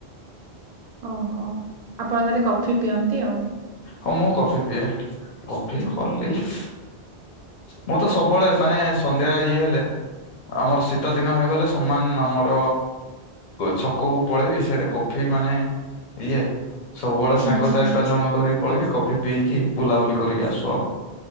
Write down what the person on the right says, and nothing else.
ଓହୋ ଆପଣ ତାହେଲେ କଫି ପିଅନ୍ତି ଆଉ।
ହୁଁ